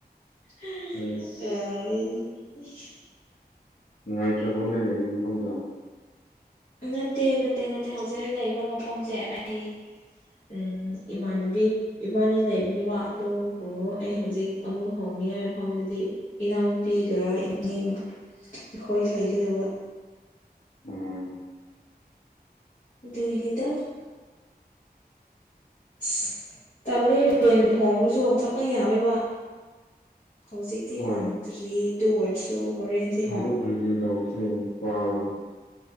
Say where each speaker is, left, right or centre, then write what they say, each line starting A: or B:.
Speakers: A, on the left; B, on the left.
A: <unintelligible>
B: ꯏꯁ ꯅꯨꯡꯉꯥꯏꯇ꯭ꯔꯕꯣ ꯅ‌ꯣꯏ ꯂꯩꯕ ꯃꯐꯝꯗꯣ
A: ꯅꯠꯇꯦ ꯅꯠꯇꯦ ꯅꯠꯇꯦ ꯍꯧꯖꯤꯛ ꯑꯩꯅ ꯂꯩꯕ ꯃꯐꯝꯁꯦ ꯑꯩ ꯎꯝ ꯏꯃꯥꯟꯅꯕꯤ ꯏꯕꯥꯟꯅꯤ ꯂꯩꯕꯅꯦꯕ ꯑꯗꯨꯕꯨ ꯑꯩ ꯍꯧꯖꯤꯛ ꯑꯃꯨꯛ ꯍꯣꯡꯅꯤꯡꯉꯥꯏ ꯃꯐꯝꯗꯗꯤ ꯏꯅꯥꯎꯅꯨꯄꯤꯒ ꯏꯅꯦ ꯈꯣꯏ ꯂꯩꯒꯗꯕ
B: ꯎꯝ
A: ꯑꯗꯨꯒꯤꯅꯤꯗ ꯑꯁ ꯇꯜꯂ‌ꯦ ꯔꯦꯟ ꯍꯣꯡꯕꯁꯨ <unintelligible> ꯌꯥꯝꯃꯦꯕ ꯍꯧꯖꯤꯛꯇꯤ
B: ꯍꯣꯏ
A: ꯍꯣꯡꯗ꯭ꯔꯤ ꯑꯗꯨ ꯑꯣꯏꯔꯁꯨ ꯍꯣꯔꯦꯟꯁꯦ
B: ꯍ‌ꯣꯡꯗꯣꯛ ꯍꯣꯡꯖꯤꯟ ꯇꯧꯕꯁꯦ ꯋꯥꯥꯕꯅꯦ